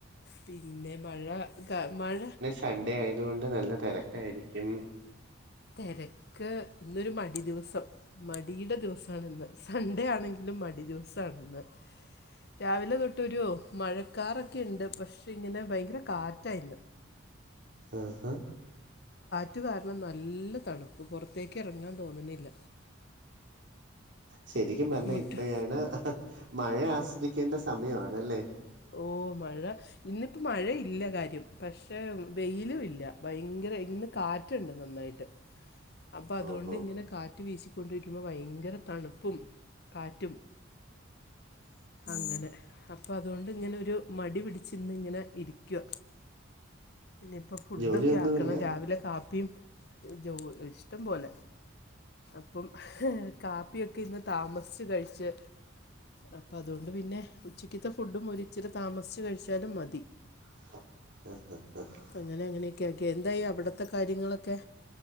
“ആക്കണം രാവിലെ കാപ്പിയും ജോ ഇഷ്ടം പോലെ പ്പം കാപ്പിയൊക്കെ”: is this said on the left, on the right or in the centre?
Left